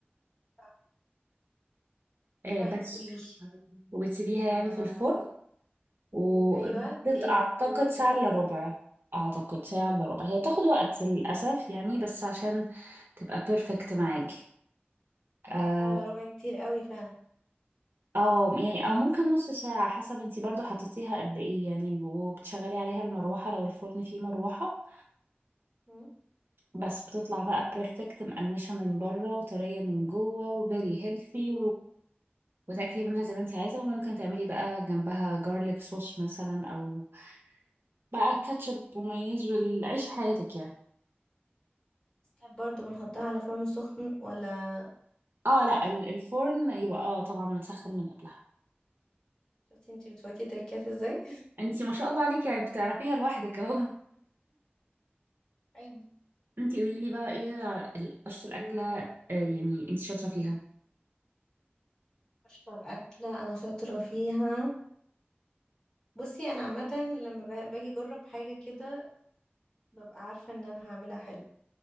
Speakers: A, on the left; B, on the right.
A: صح.
B: آه
A: طيب
B: بس
A: قوليلي
B: وبتسيبيها يعني في الفرن وحطت
A: ايوه دي
B: اعتقد ساعه الا ربع اعتقد ساعه الا ربع هي بتاخد وقت للاسف يعني بس عشان تبقى بيرفكت معاكي اه
A: على ربع كتير قوي فعلا
B: أو يعني او ممكن نص ساعه حسب انتي برضو حطيتيها قد ايه يعني وبتشغلي عليها المروحه لو الفرن فيه مروحه
A: مم.
B: بس بتطلع بقى بيرفكت مقرمشه من بره وطريه من جوه وفيري هيلثي وتاكلي منها زي ما انت عايزه وممكن تعملي بقى جنبها جارليك صوص مثلا او بقى كاتشب ومايونيز والعيش حياتك يعني
A: ستاب برضه بنحطها على فرن سخن ولا
B: اه لا
A: لا
B: ال- الفرن يبقى اه طبعا متسخن من قبلها
A: شفتي انتي بتفوتي تريكات ازاي
B: انت ما شاء الله عليكي يعني بتعرفيها لوحدك اهو <laughs>
A: طيب
B: انت قولي لي بقى ايه ال- اشطر اكله آه، يعني انت شاطره فيها
A: اشطر اكله انا شاطره فيها بصي انا عامه لما ب- باجي اجرب حاجه كده ببقى عارفه ان انا هعملها حلو